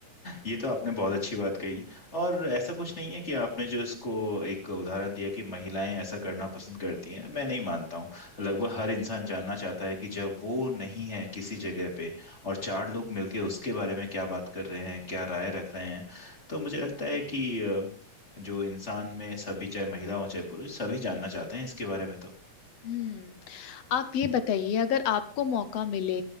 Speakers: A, on the left; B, on the left.
A: ये तो आपने बहुत अच्छी बात कही और ऐसा कुछ नहीं है कि आपने जो इसको एक उदाहरण दिया कि महिलाएं ऐसा करना पसंद करती हैं मैं नहीं मानता हूँ लगभग हर इंसान जानना चाहता है कि जब वो नहीं है किसी जगह पे और चार लोग मिलके उसके बारे में क्या बात कर रहे हैं क्या राय रख रहे हैं तो मुझे लगता है कि अ, जो इंसान में सभी चाहे महिला हो चाहे पुरुष सभी जानना चाहते हैं इसके बारे में तो
B: हम्म आप ये बताइए अगर आपको मौका मिले